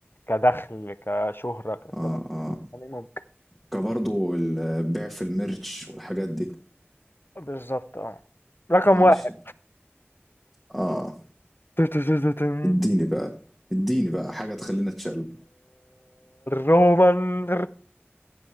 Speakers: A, on the left (about 55°); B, in the centre.
A: كدخل كشهرة
B: اه
A: كده
B: اه
A: يعني ممكن
B: كبرضو البيع في الميرتش والحاجات دي
A: بالظبط اه رقم
B: ماشي
A: واحد
B: اه
A: <laughs>
B: اديني بقى اديني بقى حاجة تخلينا اتشل
A: رومان